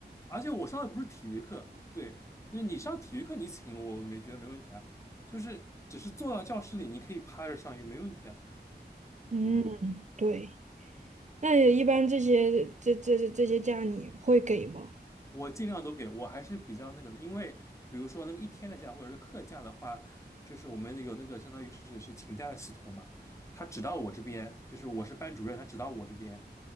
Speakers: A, on the left (about 15°); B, on the right (about 40°).
A: 而且我上的不是体育课，对，就是你上体育课你请我没觉得没问题啊，就是只是坐到教室里你可以趴着上也没问题啊。
B: 嗯，
A: 嗯，
B: 对。那也一般这些这这这这些假你会给吗？
A: 我尽量都给我还是比较那个的，因为比如说那个一天的假或者是课假的话，就是我们有那个相当于是是请假的系统嘛，他只到我这边，就是我是班主任，他只到我这边，